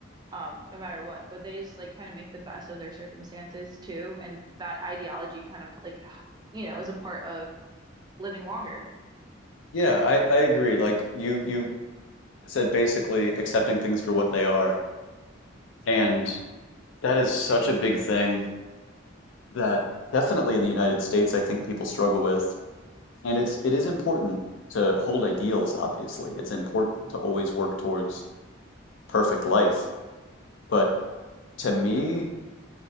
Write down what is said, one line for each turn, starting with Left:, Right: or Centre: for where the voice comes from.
Right: um no matter what but they just like kind of make the best of their circumstances too and that ideology kind of like you know is a part of living longer
Left: yeah, I I agree. Like you you said basically accepting things for what they are, and that is such a big thing. that definitely in the United States, I think people struggle with. And it's it is important to hold ideals, obviously. It's important to always work towards perfect life. But to me,